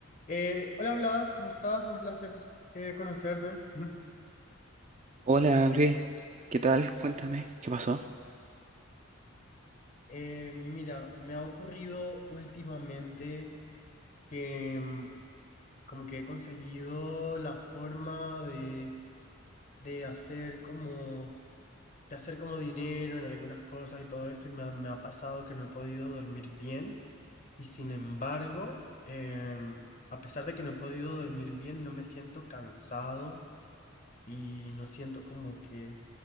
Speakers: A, on the left (about 40°); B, on the right (about 35°).
A: Eh, hola Blas, ¿cómo estás? Un placer eh, conocerte. <laughs>
B: Hola Luis, ¿qué tal? Cuéntame, ¿qué pasó?
A: Eh, mira, me ha ocurrido últimamente que mm, como que he conseguido la forma de, de hacer como de hacer como dinero en algunas cosas y todo esto y me ha, me ha pasado que no he podido dormir bien y sin embargo, em, a pesar de que no he podido dormir bien, no me siento cansado y no siento como que